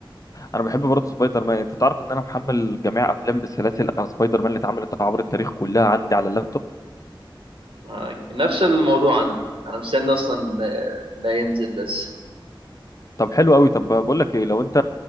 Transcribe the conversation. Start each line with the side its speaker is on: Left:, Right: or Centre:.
Left: انا بحب برضه سبايدر مان انت تعرف ان انا محمل جميع افلام بالسلاسل آه، سبايدر مان اللي اتعملت عبر التاريخ كلها عندي على اللابتوب
Right: ما- نفس الموضوع عندي انا مستني اصلا ده ينزل لسه
Left: طب حلو قوي طب بقول لك ايه لو انت